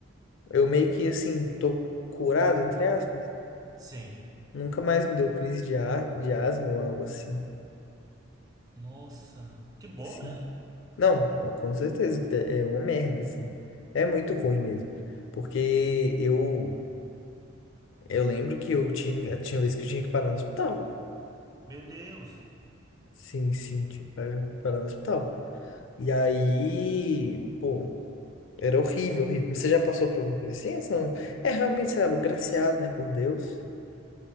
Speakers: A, on the left; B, on the right.
A: Eu meio que assim, tô curado, entre aspas.
B: Sim.
A: Nunca mais me deu crise de, a, de asma ou algo assim.
B: Nossa, que bom,
A: Sim.
B: né?
A: Não, com certeza que é uma merda, assim. É muito ruim mesmo. Porque eu eu lembro que eu tinha, tinha vez que eu tinha que parar no hospital.
B: Meu Deus.
A: Sim, sim, tinha que parar, parar no hospital. E aí, pô, era horrível, horrível. Mas Você já passou por alguma coisa assim? Essa não- É realmente, sabe, agraciado, né, por Deus.